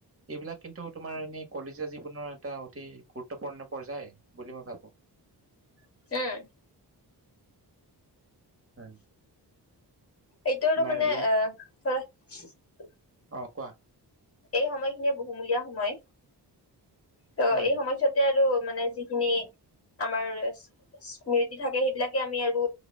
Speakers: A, on the right; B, on the left.
A: এইবিলাক কিন্তু তোমাৰ এনেই কলেজীয়া জীৱনৰ এটা অতি গুৰুত্বপূৰ্ণ পৰ্যায় বুলি মই ভাবো
B: উম
A: হয়
B: এইটো
A: তোমাৰ
B: মানে
A: এই
B: অঁ ধৰা <unintelligible>
A: অঁ কোৱা
B: এই সময়খিনিয়ে বহুমূলীয়া সময় ত'
A: হয়
B: এই সময়ছোৱাতে মানে যিখিনি আমাৰ স্মৃতি থাকে সেইবিলাকে আমি আৰু